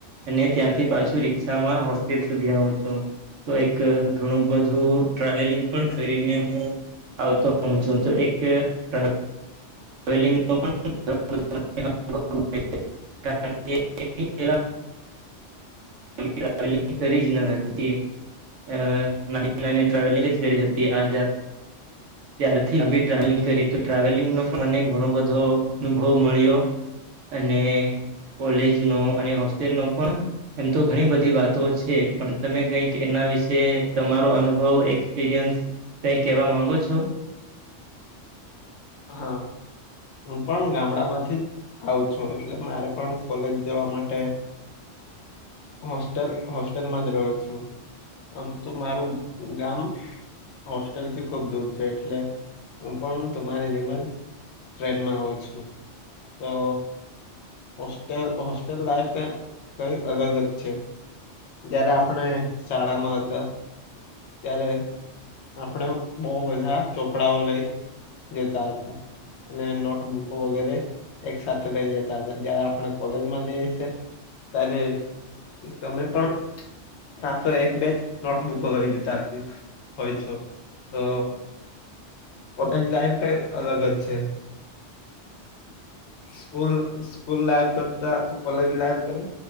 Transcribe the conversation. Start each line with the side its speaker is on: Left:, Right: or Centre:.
Right: અને ત્યાંથી પાછું રિક્ષામાં હોસ્ટેલ સુધી આવું છું. તો એક ઘણું બધું ટ્રાવેલિંગ પણ કરીને હું આવતો હોઉં છું તો એક ટ્રા ટ્રાવેલિંગનો પણ <inaudible> <inaudible> કારણ કે <inaudible> <inaudible> ટ્રાવલિંગ કરી જ ન હતી અહ નાની નાની ટ્રાવેલિંગ જ ફેરી હતી આ ત્યારથી અભી ટ્રાવેલિંગ કરી તો ટ્રાવેલિંગ ન પણ મને ઘણો બધો અનુભવ મળ્યો અને કોલેજ નો અને હોસ્ટેલ નો પણ એમ તો ઘણી બધી વાતો છે પણ તમે કઈક એના વિશે તમારો અનુભવ એક્સપિરિયન્સ કઈ કહેવા માગો છો?
Left: હા, હું પણ ગામડા માંથી જ આવું છું એટલે મારે પણ કોલેજ જવા માટે હોસ્ટેલ હોસ્ટેલમાં જ રહ્યો છું. આમ તો મારું ગામ હોસ્ટેલથી ખૂબ દૂર છે એટલે હું પણ તમારી જેમ જ ટ્રેનમાં આવું છું તો હોસ્ટેલ હોસ્ટેલ લાઈફ કઈ કઈ અલગ જ છે. જયારે આપણે શાળા માં હતા ત્યારે આપણે બહુ બધા ચોપડાઓ લઈ જતા હતા અને નોટબુક વગેરે એક સાથે લઈ જતા હતા જારે આપણે કોલેજમાં જઈએ છે ત્યારે તમે પણ સાચો એક બેચ નોટબુકો લઈ ચાથી હોય છો તો કોલેજ લાઈફ કઈ અલગ જ છે.
Right: <inaudible>
Left: સ્કૂલ સ્કૂલ લાઈફ કરતા કોલેજ લાઈફ કઈ